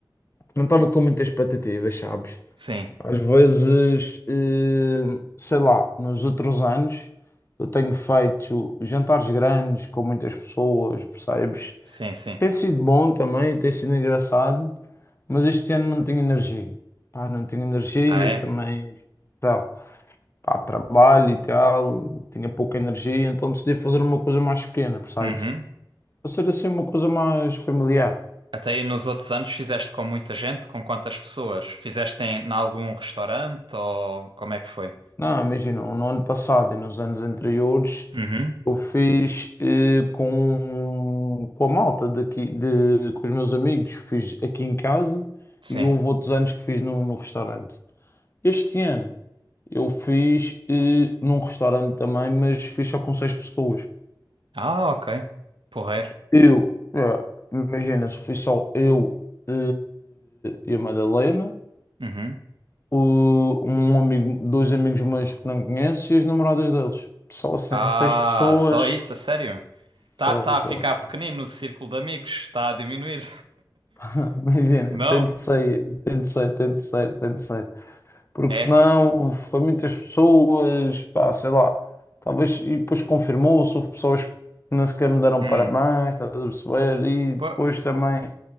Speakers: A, on the left; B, on the right.
A: não estava com muitas expectativas, sabes?
B: Sim,
A: Às vezes, eh, sei lá, nos outros anos eu tenho feito jantares grandes com muitas pessoas, percebes?
B: sim, sim.
A: Tem sido bom também, tem sido engraçado, mas este ano não tenho energia. Pá, não tenho energia
B: Ah, é?
A: também. Tá. pá, trabalho e tal, tinha pouca energia, então decidi fazer uma coisa mais pequena, percebes?
B: Uhum.
A: Para ser assim uma coisa mais familiar.
B: Até aí nos outros anos fizeste com muita gente? Com quantas pessoas? Fizeste em, em algum restaurante ou como é que foi?
A: Não, imagina, no ano passado e nos anos anteriores
B: Uhum,
A: eu fiz eh, com, com a malta daqui, de, com os meus amigos, fiz aqui em casa
B: sim.
A: e houve outros anos que fiz no, no restaurante. Este ano eu fiz eh, num restaurante também, mas fiz só com seis pessoas.
B: Ah, ok. Porreiro.
A: Eu, é, imagina, se fui só eu, eh, e a Madalena,
B: Uhum.
A: o- um amigo, dois amigos meus que não conheço e as namoradas deles. Só assim,
B: Ah,
A: seis pessoas.
B: só isso, a sério?
A: Só,
B: Tá, tá
A: só,
B: a ficar
A: só.
B: pequenino no círculo de amigos, está a diminuir.
A: <laughs>
B: <laughs>
A: Imagina,
B: Não?
A: tanto sei, tanto sei, tanto sei, tanto sei. porque
B: É.
A: senão foi muitas pessoas, pá, sei lá, talvez, e depois confirmou-se, houve pessoas que nem sequer me deram
B: Hum.
A: parabéns, estás a perceber? E
B: Po-
A: depois também,